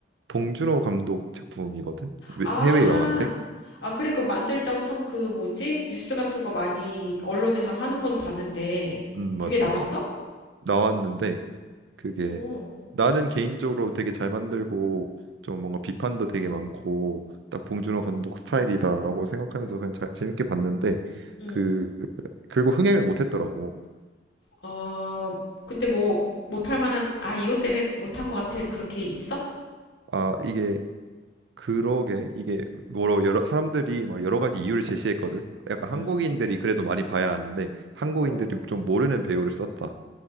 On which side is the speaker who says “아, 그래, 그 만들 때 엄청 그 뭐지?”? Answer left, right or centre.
Left